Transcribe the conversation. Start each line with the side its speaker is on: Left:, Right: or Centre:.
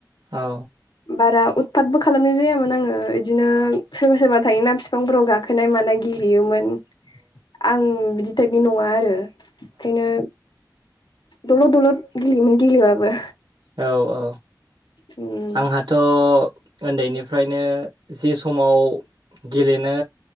Right: औ
Left: बारा उतफाथबो खालामनाय जायामोन आङो इदिनो सोरबा सोरबा थायोना बिफांफोराव गाखोनाय मानाय गि गेलेयोमोन आं बिदि टाइपनि नङा आरो ओंखायनो दलद दलद गेलेयोमोन गेलेबाबो
Right: औ औ
Left: उम
Right: आंहाथ' ओन्दैनिफ्रायनो जे समाव गेलेनो